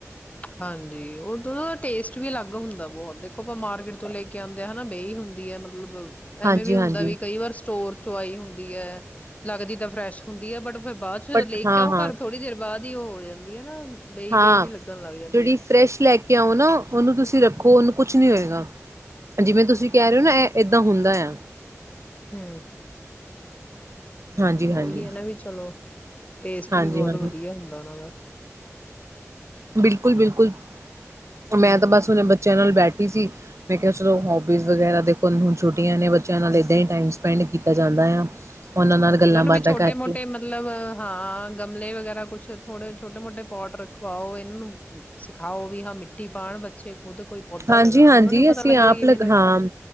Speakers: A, on the left; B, on the right.
A: ਹਾਂਜੀ, ਉਦੋਂ ਨਾ ਟੇਸਟ ਵੀ ਅਲੱਗ ਹੁੰਦਾ ਬਹੁਤ ਦੇਖੋ ਆਪਾਂ ਮਾਰਕੀਟ ਤੋਂ ਲੈ ਕੇ ਆਂਦੇ ਆ ਹਨਾ ਬੇਈ ਹੁੰਦੀ ਆ ਮਤਲਬ-
B: ਹਾਂਜੀ-ਹਾਂਜੀ
A: ਐਵੇਂ ਵੀ ਹੁੰਦਾ ਵੀ ਕਈ ਵਾਰ ਸਟੋਰ ਚੋ ਆਈ ਹੁੰਦੀ ਐ। ਲੱਗਦੀ ਤਾਂ ਫਰੈਸ਼ ਹੁੰਦੀ ਹੈ ਬਟ ਫਿਰ ਬਾਅਦ ਚ ਜਦੋਂ
B: ਬਟ
A: ਲੇ
B: ਹਾਂ-ਹਾਂ,
A: ਕੇ ਆਉ ਘਰ
B: ਹਾਂ
A: ਥੋੜੀ ਦੇਰ ਬਾਅਦ- ਵੀ ਉਹ ਹੋ ਜਾਂਦੀ ਐ ਨਾ ਬੇਈ ਵੇਈ
B: ਹਾਂ
A: ਜੀ ਲੱਗਣ ਲੱਗ ਜਾਂਦ
B: ਜਿਹੜੀ ਫਰੈਸ਼ ਲੈ ਕੇ ਆਓ ਨਾ ਔਨੂੰ ਤੁਸੀਂ ਰੱਖੋ ਔਨੂੰ ਕੁਛ ਨੀ ਹੋਏਗਾ। ਜਿਵੇਂ ਤੁਸੀਂ ਕਹਿ ਰਹੇ ਹੋ ਨਾ ਐਂ ਏਦਾਂ ਹੁੰਦਾ ਯਾ
A: ਹੰ
B: ਹਾਂਜੀ-ਹਾਂਜੀ
A: ਉਹੀ ਐ ਨਾ ਵੀ ਚਲੋ ਟੇਸਟ
B: ਹਾਂਜੀ
A: ਵੀ ਬਹੁਤ
B: ਹਾਂਜੀ
A: ਵਧੀਆ ਹੁੰਦਾ ਔਨਾਂ ਦਾ
B: ਬਿਲਕੁਲ- ਬਿਲਕੁਲ। ਮੈਂ
A: ਹੂੰ।
B: ਤਾਂ ਬਸ ਉਹਨਾ ਬੱਚਿਆਂ ਨਾਲ ਬੈਠੀ ਸੀ। ਮੈਂ ਕਿਹਾ ਚੱਲੋ ਹੋਬੀਜ਼ ਵਗੈਰਾ ਦੇਖ <unintelligible> ਛੁੱਟੀਆਂ ਨੇ ਬੱਚਿਆਂ ਨਾਲ ਏਦਾਂ ਹੀ ਟਾਈਮ ਸਪੈਂਡ ਕੀਤਾ ਜਾਂਦਾ ਆ। ਉਹਨਾਂ ਨਾਲ ਗੱਲਾਂ
A: ਇਹਨਾਂ ਨੂੰ
B: ਬਾਤਾਂ
A: ਵੀ ਛੋਟੇ
B: ਕਰਕੇ
A: ਮੋਟੇ ਮਤਲਬ ਹਾਂ ਗਮਲੇ ਵਗੈਰਾ ਕੁੱਛ, ਥੋੜੇ ਛੋਟੇ ਮੋਟੇ ਪੌਟ ਰਖਵਾਓ ਇਹਨਾਂ ਨੂੰ ਸਿਖਾਓ ਵੀ ਹਾਂ ਮਿੱਟੀ ਪਾਉਣ ਬੱਚੇ। ਖੁਦ ਕੋਈ ਪੌਦਾ
B: ਹਾਂਜੀ
A: ਲਗਾਣ
B: ਹਾਂਜੀ
A: ਉਹਨਾਂ ਨੂੰ ਵੀ
B: ਅਸੀਂ
A: ਪਤਾ ਲੱਗੇ
B: ਆਪ
A: ਵੀ ਕਿਵੇਂ
B: ਲਗ
A: ਲਗਾਣਾ
B: ਹਾਂ,